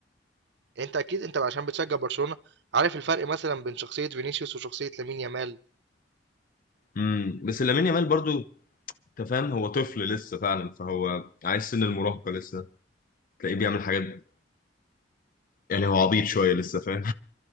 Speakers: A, on the right (about 65°); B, on the left (about 50°).
A: يعني انت اكيد انت عشان بتشجع برشلونه عارف الفرق مثلا بين شخصيه فينيسيوس وشخصيه لامين يامال
B: امم بس لامين يامال برضو انت فاهم هو طفل لسه فعلا فهو عايز سن المراهقه لسه تلاقيه بيعمل حاجات يعني هو عبيط شويه لسه فاهم